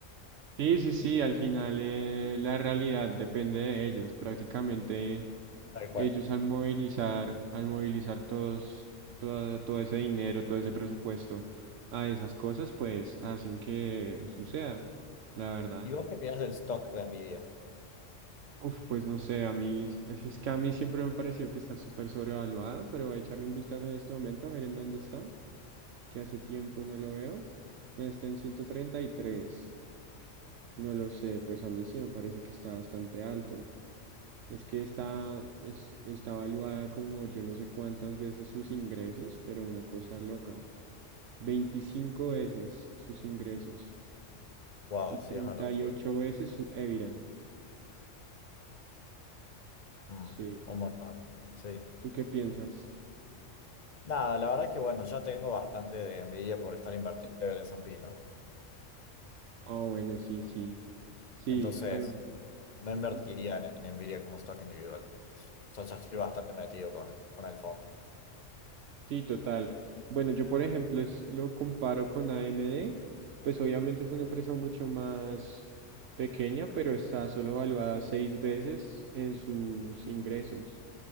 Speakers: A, on the right; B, on the left.
A: Sí, sí, sí, al final eh, la realidad depende de ellos. Prácticamente
B: Tal
A: ellos
B: cual.
A: al movilizar, al movilizar todos, toda- todo ese dinero, todo ese presupuesto a esas cosas, pues hacen que suceda, la verdad.
B: ¿Y vos qué opinás del stock de Nvidia?
A: Uf, pues no sé, a mí, es que a mí siempre me pareció que está súper sobrevaluado, pero voy a echarle un vistazo en este momento a ver en dónde está, que hace tiempo no lo veo. Está en 133. no lo sé, pues a mí sí me parece que está bastante alto. Es que está, es, está evaluada como yo no sé cuántas veces sus ingresos, pero una cosa loca. veinticinco veces sus ingresos
B: Wow,
A: y treinta
B: sí, es una locura.
A: y ocho veces su EBITDA.
B: Mm,
A: Sí.
B: un montón, sí.
A: ¿Tú qué piensas?
B: Nada, la verdad que bueno, ya tengo bastante de envidia por estar invertido en el S&P, ¿no?
A: Ah, bueno, sí, sí. Sí,
B: Entonces,
A: pero...
B: no invertiría
A: ujú.
B: en, en Nvidia como stock individual. O sea, ya estoy bastante metido con, con el fondo.
A: Sí, total. Bueno, yo por ejemplo es- lo comparo con AMD, pues obviamente es una empresa mucho más pequeña, pero está solo valuada seis veces en sus ingresos.